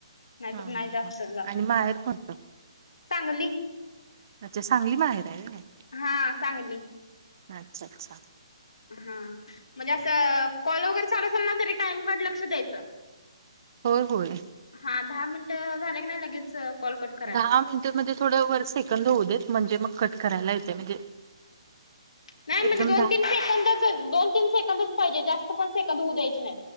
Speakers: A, on the left; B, on the right.
A: नाहीतर
B: हा
A: नाही
B: हा
A: जास्त
B: हा आणि माहेर कोणतं
A: चांगली.
B: अच्छा सांगली माहेर आहे वय.
A: हा, सांगली.
B: अच्छा अच्छा.
A: हा, म्हणजे असं कॉल वगैरे चालू असल ना तरी टाइमकड लक्ष द्यायचं.
B: होय होय.
A: हा, दहा मिनट झाले की, नाही लगेच. कॉल कट करायचा.
B: दहा मिनिटेमध्ये थोडं वर सेकंद होऊ देत म्हणजे मग कट करायला येते म्हणजे.
A: नाही
B: एकदम
A: म्हणजे दोन
B: दहा
A: तीन सेकंदच दोन तीन सेकंदच पाहिजे जास्त पण सेकंद होऊ द्यायचे नाही.